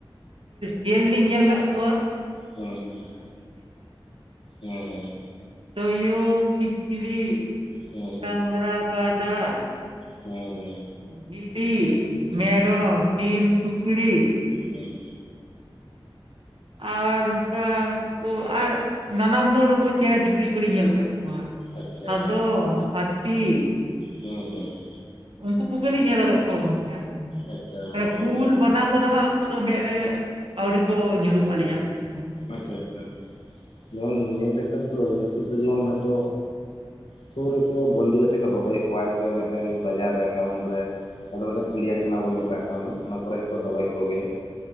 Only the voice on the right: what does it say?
ᱡᱤᱞ ᱞᱤᱧ ᱧᱮᱞ ᱟᱠᱟᱫ ᱠᱚᱣᱟ ᱾
ᱛᱚᱭᱩ ᱠᱷᱤᱠᱲᱤ
ᱰᱟᱝᱨᱟ ᱠᱟᱰᱟ
ᱵᱷᱤᱰᱤ ᱢᱮᱨᱚᱢ ᱥᱤᱢ ᱥᱩᱠᱨᱤ
ᱟᱨ ᱱᱚᱝᱠᱟ ᱟᱨ ᱱᱟᱱᱟ ᱦᱩᱱᱟᱹᱨ ᱩᱱᱠᱩ ᱪᱮᱬᱮ ᱪᱩᱯᱲᱤᱡ ᱠᱚ ᱞᱤᱧ ᱧᱮᱞ ᱟᱠᱟᱫ ᱠᱚᱣᱟ ᱾
ᱥᱟᱫᱚᱢ ᱦᱟᱛᱤ
ᱩᱱᱠᱩ ᱠᱚᱜᱮ ᱞᱤᱧ ᱧᱮᱞ ᱟᱠᱟᱫ ᱠᱚᱣᱟ ᱜᱚᱝᱠᱮ
ᱦᱟᱸᱜ
ᱠᱩᱞ ᱵᱟᱱᱟ ᱠᱚᱫᱚ ᱦᱟᱸᱜ ᱩᱱᱠᱩ ᱫᱚ ᱢᱮᱫ ᱨᱮ ᱟᱹᱣᱨᱤ ᱠᱚ ᱧᱩᱨᱩᱜᱼᱟ ᱟᱹᱞᱤᱧᱟᱜ ᱢᱮᱫ ᱨᱮ